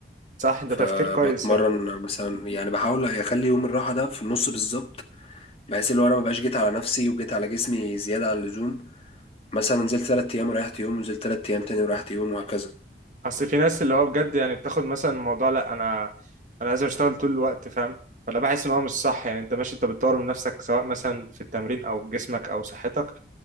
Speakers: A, on the right; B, on the left.
A: صح ده
B: فبتمرن
A: تفكير كويس يعني
B: مثلا يعني بحاول اخلي يوم الراحه ده في النص بالظبط بحيث اللي هو انا مبقاش جيت على نفسي وجيت على جسمي زياده عن اللزوم مثلا نزلت تلات ايام وريحت يوم ونزلت تلات ايام تاني وريحت يوم وهكذا
A: اصل في ناس اللي هو بجد يعني بتاخد مثلا الموضوع لا انا انا لازم اشتغل طول الوقت فاهم فلا بحس ان هو مش صح يعني انت ماشي انت بتطور من نفسك سواء مثلا في التمرين او جسمك او صحتك